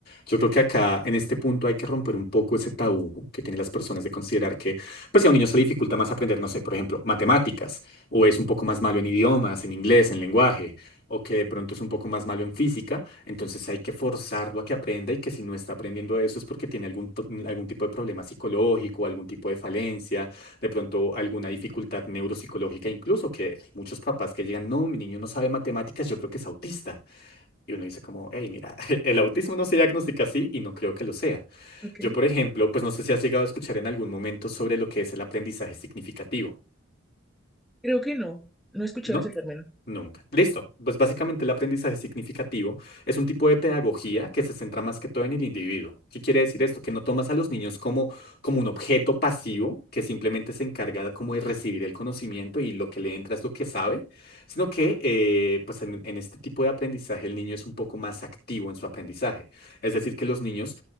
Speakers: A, on the left; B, in the centre.
A: Yo creo que acá, en este punto, hay que romper un poco ese tabú que tienen las personas de considerar que, pues si a un niño se le dificulta más aprender, no sé, por ejemplo, matemáticas, o es un poco más malo en idiomas, en inglés, en lenguaje, o que de pronto es un poco más malo en física, entonces hay que forzarlo a que aprenda y que si no está aprendiendo eso es porque tiene algún, to- algún tipo de problema psicológico, algún tipo de falencia, de pronto alguna dificultad neuropsicológica, incluso que hay muchos papás que llegan, no, mi niño no sabe matemáticas, yo creo que es autista. Y uno dice como, hey, mira, <laughs> el autismo no se diagnostica así y no creo que lo sea.
B: Ok.
A: Yo, por ejemplo, pues no sé si has llegado a escuchar en algún momento sobre lo que es el aprendizaje significativo.
B: Creo que no, no he escuchado
A: No,
B: ese término.
A: nunca. Listo. Pues básicamente el aprendizaje significativo es un tipo de pedagogía que se centra más que todo en el individuo. ¿Qué quiere decir esto? Que no tomas a los niños como, como un objeto pasivo que simplemente se encarga como de recibir el conocimiento y lo que le entra es lo que sabe, sino que eh, pues en, en este tipo de aprendizaje el niño es un poco más activo en su aprendizaje. Es decir, que los niños